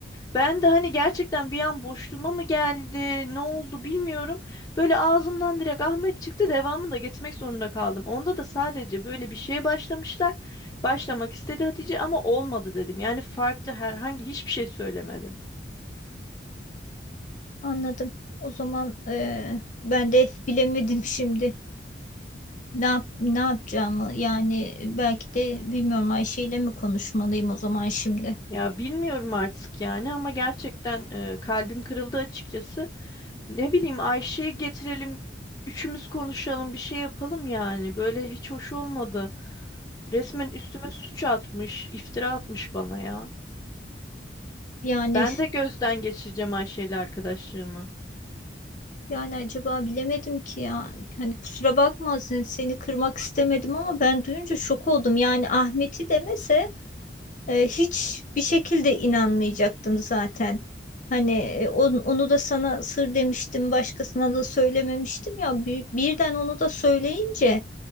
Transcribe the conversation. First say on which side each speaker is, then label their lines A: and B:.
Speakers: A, on the left; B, on the left.
A: Ben de hani gerçekten bir an boşluğuma mı geldi, ne oldu bilmiyorum. Böyle ağzımdan direkt Ahmet çıktı, devamını da getirmek zorunda kaldım. Onda da sadece böyle bir şeye başlamışlar. Başlamak istedi Hatice ama olmadı dedim. Yani farklı herhangi hiçbir şey söylemedim.
B: Anladım. O zaman eee, ben de bilemedim şimdi. Ne yap, ne yapacağımı yani belki de bilmiyorum Ayşe ile mi konuşmalıyım o zaman şimdi.
A: Ya bilmiyorum artık yani ama gerçekten e, kalbim kırıldı açıkçası. Ne bileyim Ayşe'yi getirelim, üçümüz konuşalım, bir şey yapalım yani. Böyle hiç hoş olmadı. Resmen üstüme suç atmış, iftira atmış bana ya.
B: Yani
A: Ben de gözden geçireceğim Ayşe ile arkadaşlığımı.
B: yani acaba bilemedim ki ya. Hani kusura bakma sen- seni kırmak istemedim ama ben duyunca şok oldum. Yani Ahmet'i demese eee, hiç bir şekilde inanmayacaktım zaten. Hani e, on- onu da sana sır demiştim, başkasına da söylememiştim ya. Bir- birden onu da söyleyince